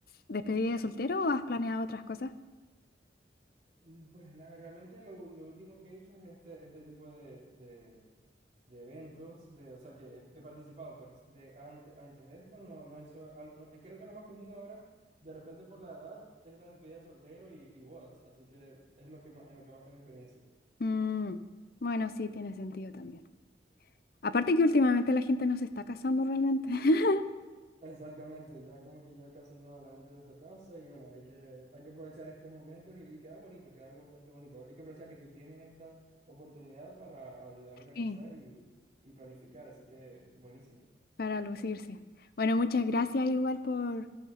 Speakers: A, on the left; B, on the right.
A: despedidas de soltero o has planeado otras cosas.
B: Mm, Pues nada, realmente lo, lo último que he hecho es este, este tipo de, de- de eventos, de, o sea, que he, he participado, pues, de antes, antes de esto, no, no eso, no, eh, creo que lo más común ahora, de repente por la edad, es la despedida de soltero y, y bodas, así que es lo que más, en lo que más tengo experiencia. <laughs>
A: Mm, bueno, sí, tiene sentido también. Aparte que últimamente la gente no se está casando realmente. <laughs>
B: Exactamente, ya como que ya casi no, la gente no se casa y bueno, hay que, hay que aprovechar estos momentos y, y queda bonito, queda algo bastante bonito. Hay que aprovechar que tú tienes esta oportunidad para ayudar a organizar
A: Sí,
B: y, y planificar, así que buenísimo.
A: para lucirse. Bueno, muchas gracias igual por,